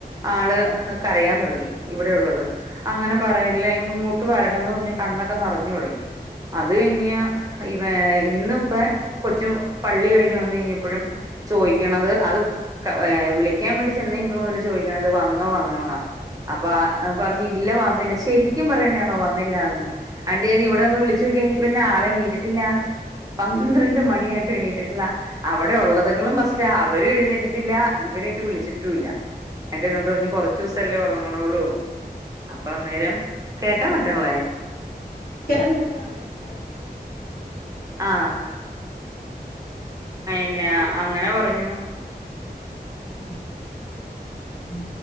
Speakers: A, on the right; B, on the left.
A: ആള് കരയാൻ തുടങ്ങി ഇവിടെയുള്ളത് അങ്ങനെ പറയല്ലേ ഇങ്ങോട്ട് വരണന്ന് പറഞ്ഞ് കണ്ണൊക്കെ നെറഞ്ഞ് തുടങ്ങി അത് കഴിഞ്ഞ് ഇവ ഇന്ന് ഇപ്പൊ കൊച്ചു പള്ളി കഴിഞ്ഞ് വന്ന് കഴിഞ്ഞപ്പോഴും ചോദിക്കണത് അത് വിളിക്കാൻ വേണ്ടി ചെന്ന് കഴിഞ്ഞപ്പം മുതൽ ചോദിക്കണത് വന്നോ വന്നോന്നാ അപ്പ പറഞ്ഞ് ഇല്ല വന്നില്ല ശരിക്കും പറയ്ന്നാണോ വന്നില്ല എന്ന് ആണ്ട് ഞാൻ ഇവിടെ വന്ന് വിളചു നോക്കി കഴിഞ്ഞപ്പോ ആള് എണീറ്റിട്ടില്ല പന്ത്രണ്ട് മണിയായിട്ട് എണീട്ടില്ല അവിടെ ഉള്ളത്ങ്ങളും പസ്റ്റ അവരും എഴുന്നെറ്റിട്ടില്ല ഇവരെട്ട് വിളിച്ചിട്ടുംല്ല എന്റെ എന്നോട് പറഞ്ഞ് കുറച്ച് ദിവസല്ലേ ഒറങ്ങ്ണള്ളൂ അപ്പൊ അന്നേരം കേക്കാൻ പറ്റണള്ളേ
B: കേക്കാം കേക്കാം ഞാൻ <inaudible> നോക്കിയതാ
A: ആഹ് ന്നെ അങ്ങനെ പറഞ്ഞു
B: ഉം ഉം